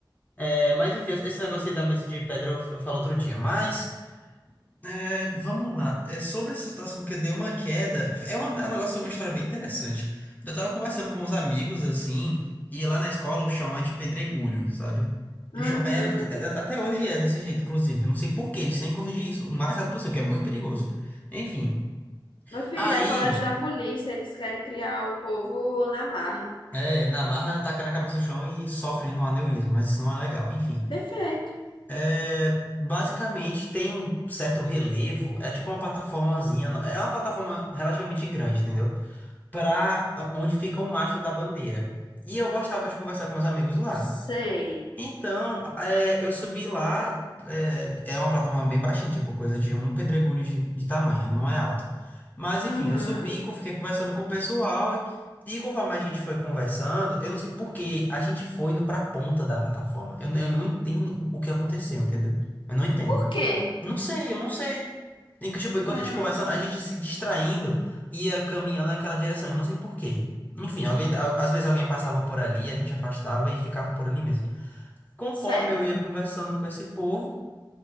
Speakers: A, on the left; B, on the left.
A: É, mas enfim, esse negócio aí da mesa de pedra eu f- falo outro dia. Mas. É, vamos lá. É, sobre essa situação que eu dei uma queda, é um, é um negócio, uma história bem interessante. Eu tava conversando com uns amigos, assim, e lá na escola o chão é de pedregulho, sabe?
B: Uhum.
A: O chão era, de- a- até hoje é desse jeito, inclusive. Não sei por quê, eles têm que corrigir isso o mais rápido possível, que é muito perigoso. Enfim,
B: Meu filho,
A: aí,
B: é colégio da polícia, eles querem criar o povo na marra.
A: é, na marra, tacando a cabeça no chão e sofrendo um aneurisma, mas isso não é legal. Enfim.
B: Perfeito.
A: é, Basicamente tem um certo relevo, é tipo uma plataformazinha, não- é uma plataforma relativamente grande, entendeu? pra onde fica o mastro da bandeira. E eu gostava de conversar com meus amigos lá.
B: Sei.
A: Então, é, eu subi lá, é, é uma plataforma bem baixinha, tipo, coisa de um pedregulho de, de tamanho, não é alto. Mas enfim,
B: Uhum.
A: eu subi, co- fiquei conversando com o pessoal, e, e conforme a gente foi conversando, eu não sei por que a gente foi indo pra ponta da plataforma. Eu, eu não entendo o que aconteceu, entendeu? Eu não entendo.
B: Por quê?
A: Não sei, eu não sei. Em que, tipo, enquanto
B: Hum,
A: a gente conversando, a gente se distraindo ia caminhando naquela direção. Eu não sei por quê. Enfim, alguém, al- às vezes alguém passava por ali, a gente afastava e ficava por ali mesmo. Conforme
B: certo.
A: eu ia conversando com esse povo,